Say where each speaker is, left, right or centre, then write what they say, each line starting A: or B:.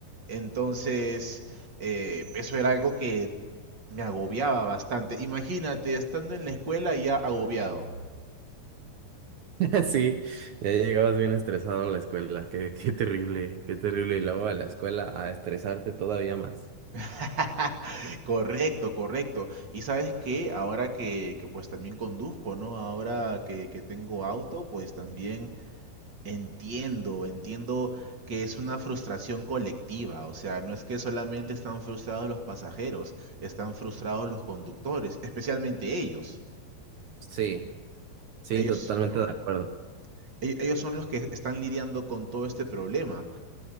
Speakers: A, on the right (about 35°); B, on the right (about 70°).
A: Entonces, eh, eso era algo que me agobiaba bastante. Imagínate, estando en la escuela ya agobiado.
B: <laughs> Sí, ya llegabas bien estresado a la escuela. Qué, qué terrible, qué terrible. Y luego a la escuela a estresarte todavía más.
A: <laughs> Correcto, correcto. Y sabes qué, ahora que, que pues también conduzco, ¿no? Ahora que, que tengo auto, pues también entiendo, entiendo que es una frustración colectiva, o sea, no es que solamente están frustrados los pasajeros, están frustrados los conductores, especialmente ellos.
B: Sí, sí,
A: ellos,
B: totalmente
A: ¿no?
B: de acuerdo.
A: E- Ellos son los que están lidiando con todo este problema.